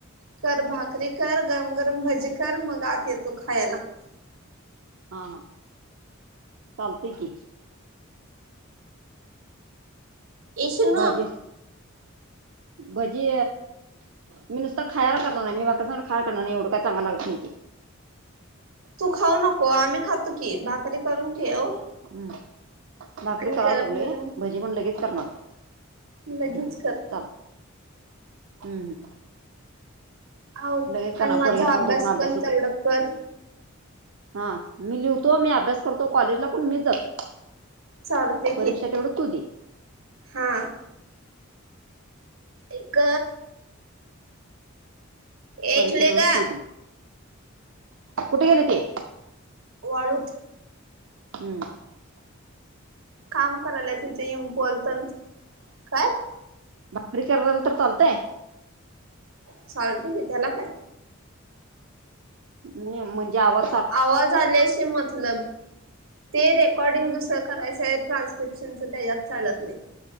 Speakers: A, on the right (about 80°); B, on the right (about 65°).
A: कर भाकरी कर गरम गरम भजी कर मग आत येतो खायला
B: हा चालतय की
A: ए शनू
B: भाजी भाजी मी नुसता खायर करणार नाही मी भा स खार करणार नाही एवढं काय चांग लागत नाहीे
A: तू खाऊ नको आम्ही खातो की भाकरी करून ठेव.
B: हम् भाकरी
A: आणि
B: कराार
A: गरम
B: लागलो
A: गरम
B: भजी पण लगेच करणार.
A: लगेच
B: हम्म,
A: कर
B: चालतंय हम्म
A: हो
B: लगेच करणार
A: आणि माझा
B: पोरग्याचा
A: अभ्यास
B: तो
A: पण
B: होतो
A: तेवढा कर.
B: हा मी लिहतो मी अभ्यास करतो कॉलेजला पण मीच जातो.
A: चालते
B: परीक्षा तेवढं तु देी्
A: हां एक एक
B: परीक्षा
A: लेगा
B: तेवढं तू दे कुठे गेले ते.
A: वळद
B: हम्म
A: काम करायला तथ बोलत काय?
B: भाकरी कर नंतर चालतेय
A: चालते वि त्या्याला काय
B: म्हणजे आवा
A: आवाज आल्याशी मतलब ते रेकॉर्डिंग दुसरं करायचं ट्रान्स्क्रिप्शनच त्याच्यात चालत नाही